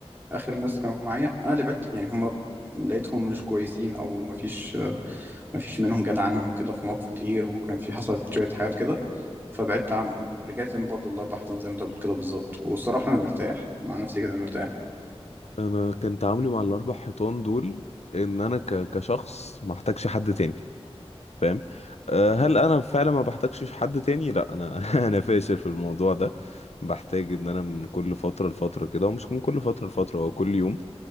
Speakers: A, on the right (about 20°); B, on the left (about 85°).
A: آخر الناس كانوا معايا أنا اللي بت يعني هم لقيتهم مش كويسين أو مفيش مفيش منهم جدعنة أو كده في مواقف كتير وكان في حصلت شوية حاجات كده فبعدت عنهم رجعت تاني برضو الأربع حيطان زي ما أنت بتقول كده بالظبط والصراحة أنا مرتاح مع نفسي كده مرتاح
B: انا كان تعاملي مع الاربع حيطان دول ان انا ك... كشخص ما احتاجش حد تاني فاهم أه هل انا فعلا ما بحتاجش حد تاني لا انا <laughs> انا فاشل في الموضوع ده بحتاج ان انا من كل فتره لفتره كده ومش من كل فتره لفتره هو كل يوم